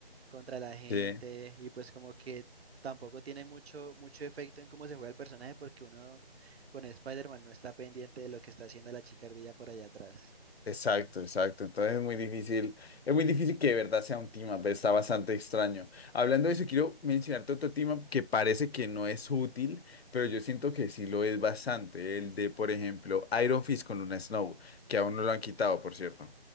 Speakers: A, on the right; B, on the left.
A: contra la gente
B: Sí.
A: y pues como que tampoco tiene mucho, mucho efecto en cómo se juega el personaje porque uno con Spider-Man no está pendiente de lo que está haciendo la chicardilla por allá atrás.
B: Exacto, exacto. Entonces es muy difícil, es muy difícil que de verdad sea un team up, está bastante extraño. Hablando de eso, quiero mencionarte otro team up que parece que no es útil, pero yo siento que sí lo es bastante. El de, por ejemplo, Iron Fist con Luna Snow, que aún no lo han quitado, por cierto.